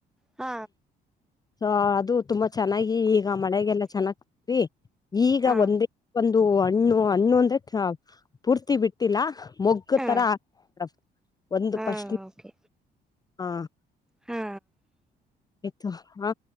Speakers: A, in the centre; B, on the left.
A: ಆ
B: ಸೊ ಅದು ತುಂಬಾ ಚೆನ್ನಾಗಿ ಮಳೆಗೆಲ್ಲ ಚೆನ್ನ <unintelligible> ಈಗ
A: ಹಾ
B: ಒಂದೇ <unintelligible> ದು ಹಣ್ಣು ಹಣ್ಣು ಅಂದ್ರೆ ಕ ಪೂರ್ತಿ ಬಿಟ್ಟಿಲ್ಲ. ಮೊಗ್ಗ
A: ಹಾ
B: ತರ ಆಗ್ <unintelligible> ಒಂದು
A: ಹಾ
B: ಪಶ್ಟ್
A: ಓಕೆ
B: ಆ
A: ಹಾ
B: ಆಯ್ತು ಹಾ